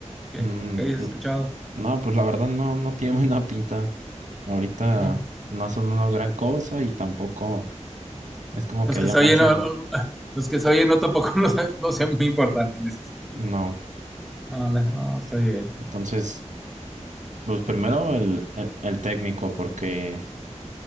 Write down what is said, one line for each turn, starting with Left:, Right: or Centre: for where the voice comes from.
Centre: que,
Right: Mm,
Centre: que hayas
Right: n-
Centre: escuchado.
Right: no, pues la verdad no, no tiene <laughs> buena pinta. Ahorita
Centre: No,
Right: no son una gran cosa y tampoco es como
Centre: los
Right: que haya
Centre: que se
Right: mucha,
Centre: oyen, no, <laughs> no, los que se oyen no tampoco <laughs> no, son- no sean muy importantes, dices.
Right: no.
Centre: No, no, está bien.
Right: Entonces, pues primero el, el el técnico, porque